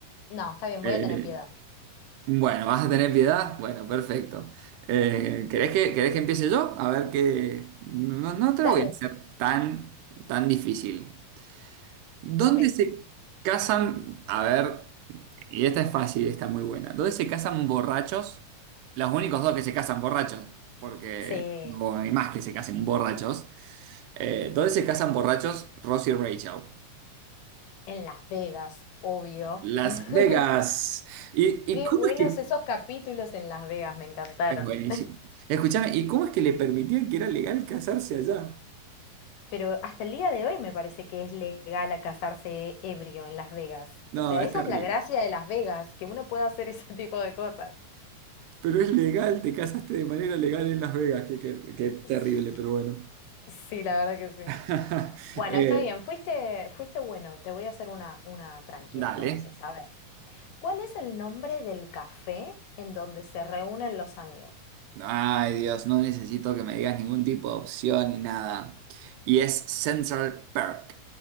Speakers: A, on the left (about 75°); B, on the right (about 80°).
A: No, está bien,
B: Eh,
A: voy a tener piedad.
B: bueno, ¿vas a tener piedad? Bueno, perfecto. Eh, ¿querés que, querés que empiece yo? A ver que... No, no te
A: Dale.
B: lo voy a hacer tan, tan difícil. ¿Dónde
A: Ok.
B: se casan? A ver, y esta es fácil, y está muy buena. ¿Dónde se casan borrachos? Los únicos dos que se casan borrachos, porque
A: Sí,
B: no hay más que se casen borrachos. Eh, ¿dónde se casan borrachos Ross y Rachel?
A: en Las Vegas, obvio.
B: Las
A: <laughs>
B: Vegas. ¿Y,
A: Qué
B: y cómo
A: buenos
B: es que...
A: esos capítulos en Las Vegas, me encantaron.
B: Es buenísimo. Escúchame, ¿y cómo es que le permitían que era legal casarse allá?
A: Pero hasta el día de hoy me parece que es legal a casarse ebrio en Las Vegas. O
B: No,
A: sea,
B: es
A: esa
B: terrible.
A: es la gracia de Las Vegas, que uno pueda hacer ese <laughs> tipo de cosas.
B: Pero es legal, te casaste de manera legal en Las Vegas, que, que- que terrible,
A: Sí,
B: pero bueno.
A: sí, la verdad que sí.
B: <laughs>
A: Bueno,
B: Eh,
A: está bien, fuiste, fuiste bueno, te voy a hacer una, una tranqui
B: Dale.
A: entonces. A ver, ¿cuál es el nombre del café en donde se reúnen los amigos?
B: Ay, Dios, no necesito que me digas ningún tipo de opción ni nada. Y es Central Perk.